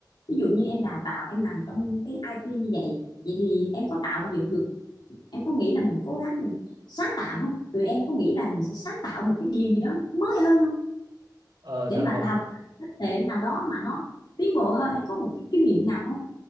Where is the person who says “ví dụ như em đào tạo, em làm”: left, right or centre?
Left